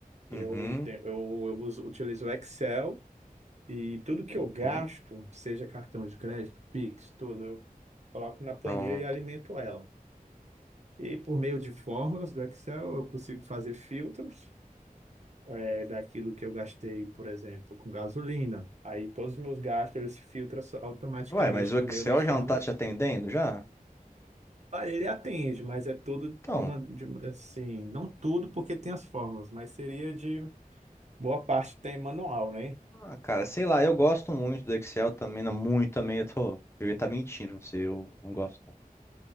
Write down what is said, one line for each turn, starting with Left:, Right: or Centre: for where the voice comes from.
Right: Eu,
Left: Uhum,
Right: te- eu, eu uso, utilizo o Excel e tudo que
Left: uhum,
Right: eu gasto, seja cartão de crédito, Pix, tudo, eu coloco na planilha
Left: pronto.
Right: e alimento ela. E por meio de fórmulas do Excel, eu consigo fazer filtros eh, daquilo que eu gastei, por exemplo, com gasolina. Aí todos os meus gastos, eles se filtram automaticamente
Left: Ué, mas o
Right: por
Left: Excel
Right: meio das fórmulas.
Left: já não tá te atendendo já?
Right: Olha, ele atende, mas é tudo de
Left: Então,
Right: man- de- assim, não tudo porque tem as fórmulas, mas seria de boa parte tem manual, né?
Left: ah, cara, sei lá, eu gosto muito do Excel também, não muito também, eu tô, eu ia estar mentindo pra você, eu não gosto não